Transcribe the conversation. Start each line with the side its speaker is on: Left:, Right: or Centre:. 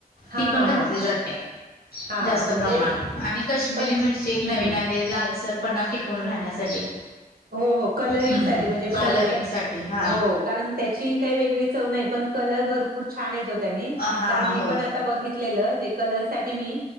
Right: हा
Left: ती पण
Right: हा
Left: घातली
Right: हा हा
Left: जाते.
Right: हा
Left: जास्त
Right: म्हणजे
Left: प्रमाणात आणि काश्मीरी
Right: पण
Left: मिरची एक
Right: हम्म
Left: नवीन आली लाल पणा टिकून राहण्यासाठी.
Right: हो- हो कलरिंगसाठी
Left: हम्म हम्म
Right: म्हणजे भाज्याच्या
Left: कलरिंग साठी हा
Right: हो कारण त्याची काही वेगळी चव नाही. पण कलर भरपूर छान येतो त्यानी
Left: हा
Right: कारण मी
Left: होय
Right: पण आत्ता बघितलेलं ते कलर साठी मी